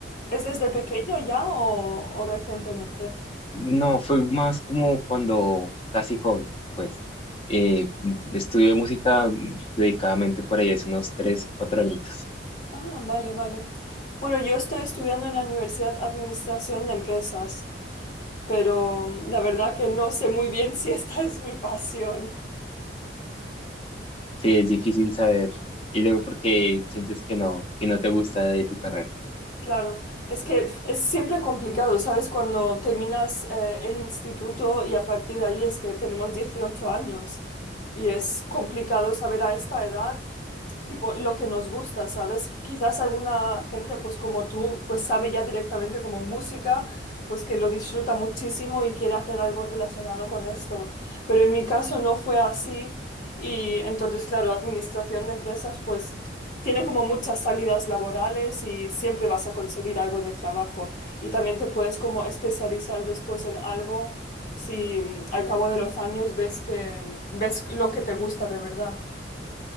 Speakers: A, on the left (about 50°); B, on the left (about 30°).
A: ¿Es desde pequeño ya o, o recientemente?
B: No, fue más como cuando casi joven, pues. Eh, estudio música mm, dedicadamente por ahí hace unos tres, cuatro añitos.
A: Ah, vale, vale. Bueno, yo estoy estudiando en la Universidad Administración de Empresas, pero mm, la verdad que no sé muy bien <laughs> si esta es mi pasión.
B: Sí, es difícil saber. Y luego porque sientes que no, que no te gusta de tu carrera.
A: Claro, es que pf, es siempre complicado, ¿sabes? Cuando terminas eh, el instituto y a partir de ahí es que tenemos 18 años y es complicado saber a esta edad tipo lo que nos gusta, ¿sabes? Quizás alguna gente, pues como tú, pues sabe ya directamente como música, pues que lo disfruta muchísimo y quiere hacer algo relacionado con esto. Pero en mi caso no fue así y entonces, claro, administración de empresas, pues tiene como muchas salidas laborales y siempre vas a conseguir algo de trabajo y también te puedes como especializar después en algo. Si mm, al cabo de los años ves que ves lo que te gusta de verdad.